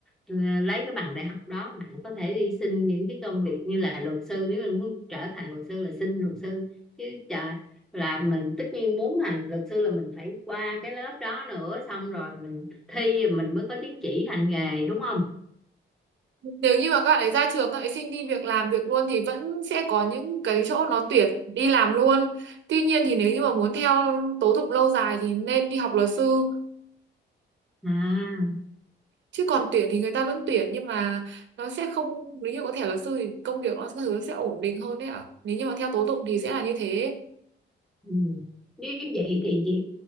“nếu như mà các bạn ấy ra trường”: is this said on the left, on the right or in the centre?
Right